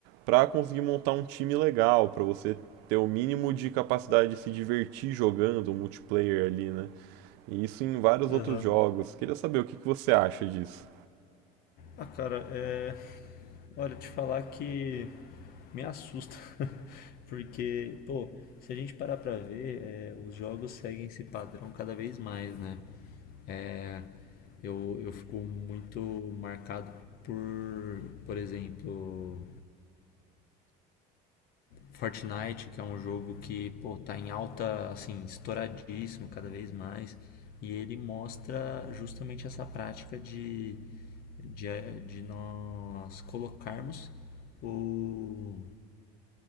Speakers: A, on the right (about 75°); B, on the left (about 60°).
A: para conseguir montar um time legal, para você ter o mínimo de capacidade de se divertir jogando o multiplayer ali, né? E isso em vários
B: Aham.
A: outros jogos. Queria saber o que que você acha disso.
B: Ah, cara, é. Olha, te falar que me assusta, <laughs> porque, pô, se a gente parar pra ver, é, os jogos seguem esse padrão cada vez mais, né? É, eu, eu fico muito marcado por, por exemplo, Fortnite, que é um jogo que, pô, tá em alta, assim, estouradíssimo cada vez mais, e ele mostra justamente essa prática de, de, de nós colocarmos o,